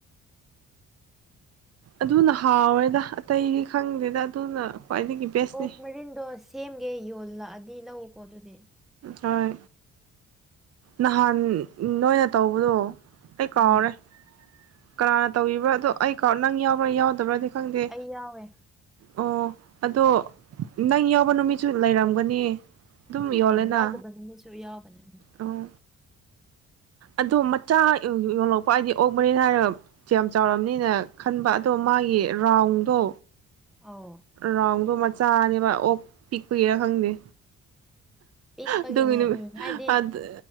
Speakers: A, on the right; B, in the centre.
A: ꯑꯗꯨꯅ ꯍꯥꯎꯋꯦꯗ ꯑꯇꯩꯗꯤ ꯈꯪꯗꯦꯗ ꯑꯗꯨꯅ ꯈ꯭ꯋꯥꯏꯗꯒꯤ꯫ ꯕꯦꯁꯅꯤ
B: ꯑꯣꯛ ꯃꯔꯤꯟꯗꯣ ꯁꯦꯝꯒꯦ ꯌꯣꯜꯂꯛꯑꯗꯤ ꯂꯧꯎꯀꯣ ꯑꯗꯨꯗꯤ꯫
A: ꯍꯣꯏ ꯅꯍꯥꯟ ꯅꯣꯏꯅ ꯇꯧꯕꯗꯣ ꯑꯩ ꯀꯥꯎꯔꯦ
B: ꯎꯝ
A: ꯀꯅꯥꯅ ꯇꯧꯕ꯭ꯔꯥ ꯑꯗꯣ ꯑꯩ ꯀꯥꯥꯎ ꯅꯪ ꯌꯥꯎꯕ꯭ꯔꯥ ꯌꯥꯎꯗꯕ꯭ꯔꯗꯤ ꯈꯪꯗꯦ
B: ꯑꯩ ꯌꯥꯎꯋꯦ
A: ꯑꯣ ꯑꯗꯣ ꯅꯪ ꯌꯥꯎꯕ ꯅꯨꯃꯤꯠꯁꯨ ꯂꯩꯔꯝꯒꯅꯤ ꯑꯗꯨꯝ
B: ꯎꯝ
A: ꯌꯣꯜꯂꯦꯅ
B: ꯌꯥꯎꯗꯕ ꯅꯨꯃꯤꯠꯁꯨ ꯌꯥꯎꯕꯅꯦ
A: ꯑꯣ ꯑꯗꯣ ꯃꯆꯥ ꯌꯣꯜꯂꯛꯄ ꯍꯥꯏꯗꯤ ꯑꯣꯛ ꯃꯔꯤꯟ ꯍꯥꯏꯔꯒ ꯌꯥꯝ ꯆꯥꯎꯔꯝꯅꯤꯅ ꯈꯟꯕ ꯑꯗꯣ ꯃꯥꯒꯤ ꯔꯥꯎꯟꯗꯣ
B: ꯑꯥꯎ
A: ꯔꯥꯎꯟꯗꯣ ꯃꯆꯥꯅꯦꯕ ꯑꯣꯛ ꯄꯤꯛꯄꯒꯤꯔ ꯈꯪꯗꯦ
B: ꯄꯤꯛꯄꯒꯤꯅꯦ
A: ꯑꯗꯨꯒꯤ ꯅꯨꯃꯤꯠ
B: ꯎꯝ ꯍꯥꯏꯗꯤ
A: ꯑꯗ